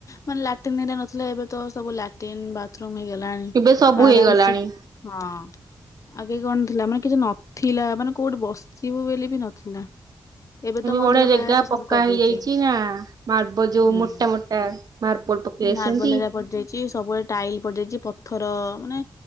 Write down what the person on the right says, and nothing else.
ଏବେ ସବୁ
ହେଇଗଲାଣି।
ବଢିଆ
ଜାଗା
ପକ୍କା
ହେଇଯାଇଛି ନା ମାର୍ବଲ ଯୋଉ
ମୋଟା ମୋଟା ମାର୍ବଲ ପକେଇ ଦେଇଛନ୍ତି